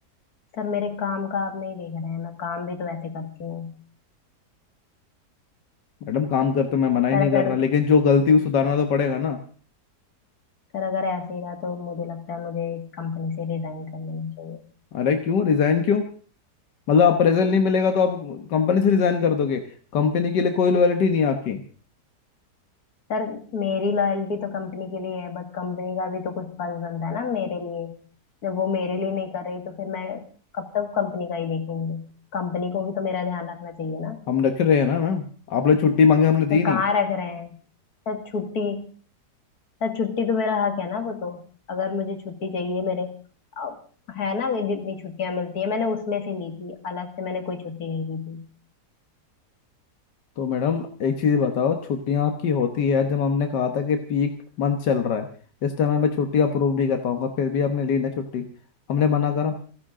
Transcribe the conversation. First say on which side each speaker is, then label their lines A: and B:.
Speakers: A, on the left; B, on the left.
A: सर मेरे काम का आप नहीं देख रहे हैं मैं काम भी तो ऐसे करती हूँ
B: मैडम काम करते मैं मना ही
A: सर
B: नहीं
A: अगर
B: कर रहा लेकिन जो गलती है उसे सुधारना तो पड़ेगा ना
A: सर अगर ऐसे ही रहा तो मुझे लगता है मुझे इस कंपनी से रिजाइन कर लेना चाहिए
B: अरे क्यों रिजाइन क्यों मतलब अप्रेजल नहीं मिलेगा तो आप कंपनी से रिजाइन कर दोगे कंपनी के लिए कोई लॉयलिटी नहीं है आपकी
A: सर मेरी लॉयल्टी तो कंपनी के लिए है बट कंपनी का भी तो कुछ फर्ज बनता है ना मेरे लिए जब वो मेरे लिए नहीं कर रही तो फिर मैं कब तक कंपनी का ही देखूंगी कंपनी को भी तो मेरा ध्यान रखना चाहिए ना
B: हम रख रहे हैं ना मैम आप लोग छुट्टी मांगे हमने
A: सर
B: दी नहीं
A: कहाँ रख रहे हैं सर छुट्टी सर छुट्टी तो मेरा हक है ना वो तो अगर मुझे छुट्टी चाहिए मेरे अब है ना ये जितनी छुट्टियां मिलती है मैंने उसमें से ली थी अलग से मैंने कोई छुट्टी नहीं ली थी
B: तो मैडम एक चीज़ बताओ छुट्टियां आपकी होती है जब हमने कहा था कि पीक मंथ चल रहा है इस टाइम मैं छुट्टी अप्रूव नहीं कर पाऊंगा फिर भी आपने ली ना छुट्टी हमने मना करा